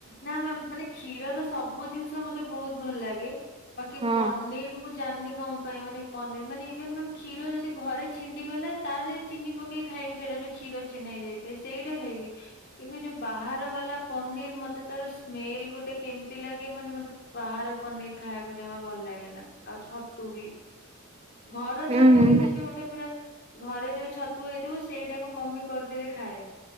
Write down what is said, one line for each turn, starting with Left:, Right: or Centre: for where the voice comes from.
Left: ନାଁ ମ୍ୟାମ ମାନେ କ୍ଷୀରର ସବୁ ଜିନିଷ ମତେ ବହୁତ ଭଲ ଲାଗେ। ବାକି
Right: ହଁ
Left: ପନିର ମୁଁ ଜାଣିନି କଁ ପାଇଁ ମାନେ ପନିର ମାନେ ଇଭିନ୍‌ ମ୍ୟାମ୍ କ୍ଷୀର ଯଦି ଘରେ ଛିଣ୍ଡିଗଲା ତା ଦେହରେ ଚିନି ପକେଇ ଖାଇବି ସେଇଟା ଯୋଉ କ୍ଷୀର ଛେନା ହେଇ ଯାଇଥାଏ ସେଇଟା ଖାଇବି। କିନ୍ତୁ ଏଇ ଯୋଉ ବାହାର ବାଲା ପନିର ମତେ ତାର ସ୍ମେଲ୍ ଗୋଟେ କେମତି ଲାଗେ ମାନେ ମତେ ବାହାର ପନିର ଖାଇବାକୁ ଜମା ଭଲ ଲାଗେନା ଆଉ ଛତୁ ବି। ଘର
Right: ହୁଁ
Left: ଛତୁ
Right: ହୁଁ
Left: କିନ୍ତୁ ଯୋଉଟା ପୁରା ଘରେ ଯୋଉ ଛତୁ ହେଇଥିବ ସେଇଟାକୁ ମମି କରିଦେଲେ ଖାଏ